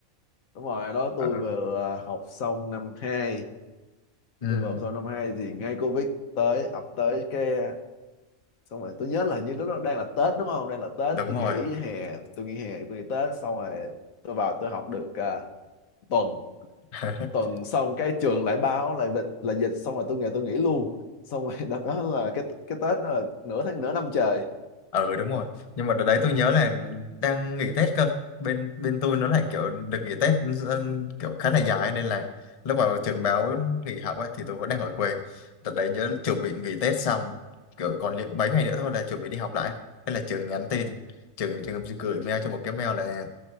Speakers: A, on the left; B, on the left.
A: Đúng rồi, đó
B: Ừ.
A: tôi vừa à, học xong năm hai,
B: Ừ,
A: Tôi vừa học xong năm 2 thì ngay Covid tới, ập tới cái à, Xong rồi tôi nhớ là như lúc đó đang là Tết đúng không? Đang là Tết,
B: đúng
A: tôi
B: rồi.
A: nghỉ hè, tôi nghỉ hè, tôi nghỉ Tết Xong rồi tôi vào tôi học được à, tuần
B: <laughs>
A: Tuần xong cái trường lại báo là dịch, là dịch Xong rồi tôi nghỉ, tôi nghỉ luôn Xong rồi <laughs> đợt đó là cái cái Tết đó là nửa tháng, nửa năm trời
B: ừ đúng rồi nhưng mà đợt đấy tôi nhớ là đang nghỉ Tết cơ bên bên tôi nó lại kiểu được nghỉ Tết ừm, kiểu khá là dài nên là lúc vào trường
A: Ừ,
B: báo nghỉ học ấy thì tôi vẫn đang ở quê đợt đấy nhớ chuẩn bị nghỉ Tết xong kiểu còn li- mấy ngày nữa thôi là chuẩn bị đi học lại thế là trường nhắn tin trường trường gửi mail cho một cái mail là